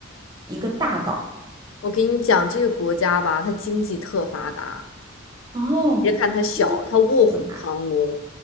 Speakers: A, on the right (about 20°); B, on the left (about 80°).
A: 一个大岛？
B: 我给你讲这个国家吧，它经济特发达。
A: 哦，
B: 别看它小，
A: 金
B: 它卧虎藏龙。
A: 合法。